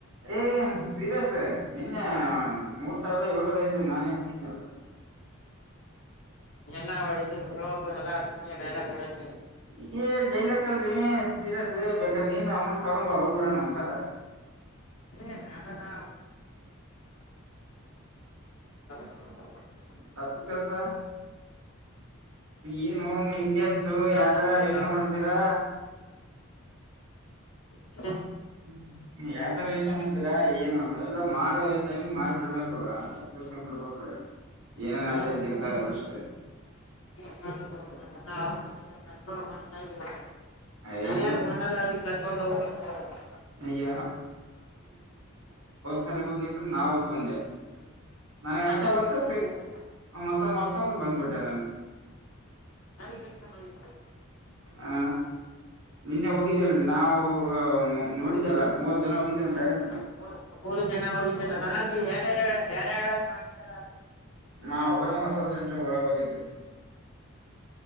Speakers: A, on the right; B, on the left.
A: ಏ ಸೀರಿಯಸ್ ನಿನ್ನೆ ಹ ಮೂರ್ ಸಾವಿರದ್ ಏಳು ಐದು ನಾನೆ ಮುಗಿದ್ನಲ್ಲ.
B: ಎಲ್ಲಾ ಹೊಡಿತ ಬ್ರೊ ಎಲ್ಲಾ ಸುಮ್ಮನೆ ಡೈಲಾಗ್ ಹೊಡೆದು
A: ಹೇ ಡೈಲಾಗಳ್ರಿ ಸೀರಿಯಸ್ ಬೇಕ ನೀನ್ ಅಮೌಂಟ್ ತಗೊಂಬ ಹೋಗಿ ಬರಣ ಒಂದ್ಸಲ
B: ಏ ನಾವೆಲ್ಲಾ <unintelligible>
A: ತಪ್ಪು ಕೆಲ್ಸಾ. ಏನು ಇಂಡಿಯನ್ಸು
B: ಇಸ್ಲಾಂ ಇಸ್ಲಾಂದಲ್ಲಿ
A: ಯಾವತರ
B: ಎಲ್ಲ
A: ಯೋಚನೆ ಮಾಡ್ತೀರಾ
B: <inaudible>
A: ಹ್ಮ ಯಾವ ತರ ವಿಷಯ ಮಾಡ್ತ ಏನು ಎಲ್ಲಾ ಮಾಡೋ ಟಮ ಮಾಡಿ ಬಿಡ್ಬೇಕು ಆಸಕ್ ತರ್ಸ್ಕೊಂಡ್ ಬಿಡ್ಬೇಕು ಏನೇನ್
B: ಹ <unintelligible>
A: ಆಸೆ ಇದ್ದಿರ್ತಾವ ಎಲ್ಲಷ್ಟು
B: ಏನ್ ಮಾಡುದು <unintelligible> ಕಂಟ್ರೋಲ್ ಮಾಡ್ತಾ ಇದೀವಿ.
A: ಅಯ್ಯೋ
B: ಯಾರ ಯಾರ ಮಾಡಲ್ಲಾ ಅವರಿಗ್ ಕರ್ <inaudible>
A: ಅಯ್ಯ <unintelligible> ನಾವ ಹೋಗ ಬಂದೆ. ನನಗೆ ಯಶೆ
B: ನಾನಿಗ್
A: ಬಂತು
B: ಕರ್ಕೊಂಡ್ ಹೋಗಿದ್ದೆ
A: ಮಸಾಲ ಮಸ್ಕೊಂಡು ಬಂದ್ಬಿಟ್ಟೆ ನನ.
B: <inaudible>
A: ಆ ನಿನ್ನೆ ಹೋಗಿದ್ದೇವೆ ನಾವು ನೋಡಿದ್ದಲ್ಲ. ಮೂವತ್ ಜನ ಹೋಗಿದ್ದಲ್ಲ
B: ಹ
A: ಗಾಡಿ ಮೇಲೆ
B: ಮೂ ಮೂರು ಜನ ಹೋಗಿದ ನಾನ್ ಯಾರ್ಯಾರ ಯಾರ್ಯ ಮಾಡ್ತಾರ
A: ನಾ ಒಬ್ಬನ್ ಮಸಾಲೆ ಸೆಂಟ್ರ ಒಳ್ಗ ಹೋಗಿದ್ದೆ